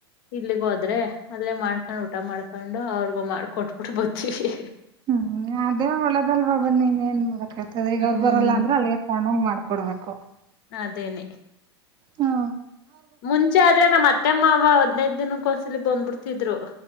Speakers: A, on the left; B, on the right.
A: ಇಲ್ಲಿಗ ಹೋದ್ರೆ ಅದ್ರೇ ಮಾಡ್ಕೊಂಡ್ ಊಟ ಮಾಡ್ಕೊಂಡು ಅವ್ರಗ ಮಾಡ್ಕೊಟ್ಬಿಟ್ಟು ಬತೀವಿ
B: ಹ್ಮ್ ಅದೇ ಒಳ್ಳೆದಲ್ ಬಾಬನ್ ನೀನ್ ಏನ್ಕ್ ಹೇತದ ಈಗ
A: ಹ್ಮ್
B: ಅವ್ರು ಬರಲ್ಲ ಅಂದ್ರ ಅಲ್ಲಿಗೆ ತಗಣಂಗ್ ಮಾಡ್ ಕೊಡಬೇಕು
A: ಅದೇನೆ
B: ಹಾ
A: ಮುಂಚೆ ಆದ್ರೆ ನಮ್ಮ್ ಅತ್ತೆಮ್ಮ ಅವವ ಹದ್ನೈದ ದಿನಕ್ಕ ಒಂದ್ಸಲಿ ಬಂದ್ಬಿಡ್ತಿದ್ರು